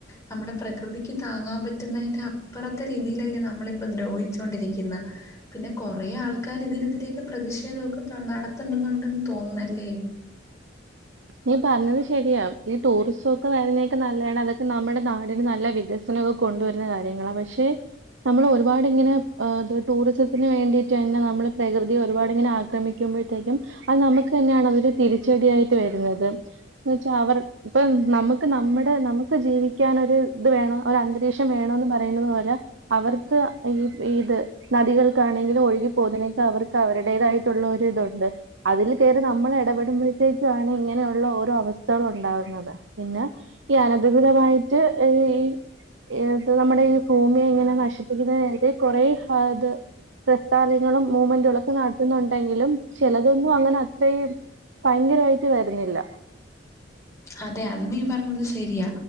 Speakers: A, on the left; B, on the right.
A: നമ്മുടെ പ്രകൃതിക്ക് താങ്ങാൻ പറ്റുന്നേന്റെ അപ്പറത്തെ രീതിലല്ലേ നമ്മള്പ്പം ദ്രോഹിച്ചോണ്ടിരിക്കിന്നെ പിന്നെ കൊറേ ആൾക്കാര് ഇതിന് എതിരെക്കെ പ്രതിഷേധവൊക്കെ തൊ നടത്തുന്ന്ണ്ടെന്നണ്ടന്ന് തോന്നുന്നല്ലേ
B: നീ പറ്ഞ്ഞത് ശരിയാ ഈ ടൂറിസൊക്കെ വര്നെക്കെ നല്ലയാണ് അതൊക്കെ നമ്മടെ നാടിന് നല്ല വിക സനൊക്ക കൊണ്ടു വെര്നെ കാര്യങ്ങളാ പക്ഷേ ഞമ്മള് ഒരുപാട് ഇങ്ങനെ ആഹ് ഇത് ടൂറിസത്തിന് വേണ്ടിയിട്ടന്നെ നമ്മള് പ്രകൃതിയെ ഒരുപാട് ഇങ്ങനെ ആക്രമിക്ക്യുമ്പഴത്തേക്ക്യും അത് നമുക്ക് തന്നെയാണ് അതൊര് തിരിച്ചടിയായിട്ട് വരുന്നത് ന്ന് വച്ചാ അവർ ഇപ്പ നമുക്ക് നമ്മടെ നമുക്ക് ജീവിക്യാൻ ഒരു ഇത് വേണം ഒരു അന്തരീക്ഷം വേണന്ന് പറയുന്നത് പോലെ അവർക്ക് ഈ ഈ ത് നദികൾക്കാണെങ്കിലും ഒഴുകി പോതിനേക്ക അവർക്ക് അവര്ടേതായിട്ടുള്ള ഒര്തുണ്ട് അതില് കേറി നമ്മള് ഇടപെടുമ്പഴത്തേക്കാ ണ് ഇങ്ങനെ ഉള്ള ഓരോ അവസ്ഥകള് ഉണ്ടാവുന്നത് പിന്നെ ഈ അനകൃതകൃതമായിട്ട് ഈ ഇത് നമ്മുടെ ഈ ഭൂമിയെ ഇങ്ങനെ നശിപ്പിക്കുന്നതിനായിട്ട് കോറെ അത് പ്രസ്ഥാനങ്ങളും മൂവ്മെന്റുകളൊക്കെ നട്ത്തുന്നുണ്ടെങ്കിലും ചെലതൊന്നും അങ്ങനെ അത്രേം ഭയങ്കരായിട്ട് വരുന്നില്ല
A: അതെ അത് നീ പർഞ്ഞത് ശരിയാ